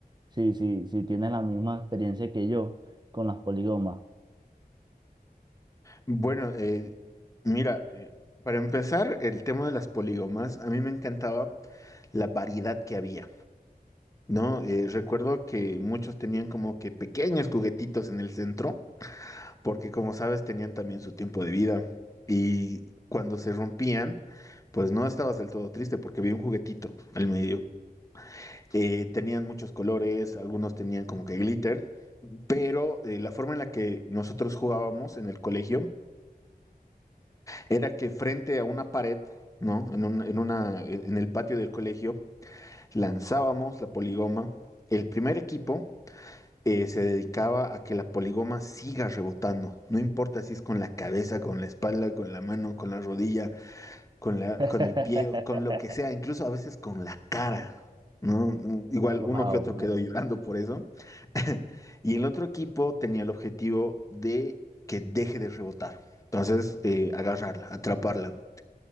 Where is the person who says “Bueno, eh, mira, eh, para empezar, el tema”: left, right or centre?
Left